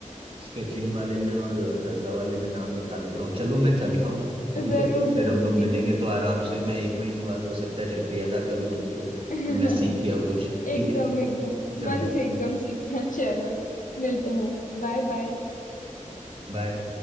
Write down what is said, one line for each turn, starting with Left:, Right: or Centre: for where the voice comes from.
Right: स्केचिंग वाले में और तबला वाले में नाम लिखा लेता हूँ चलो मैं चलता हूँ ठीक
Left: जरूर
Right: है फिर
Left: जरूर
Right: हम लोग मिलेंगे
Left: एकदम
Right: तो आराम से मैं एक महीने बाद हो सकता है शुक्रिया अदा करूँ तुमको कि
Left: <laughs> एकदम
Right: मैं सीख गया कुछ ठीक है
Left: एकदम
Right: चलो
Left: मन से एकदम सीखना चलो मिलते हैं Bye bye
Right: बाय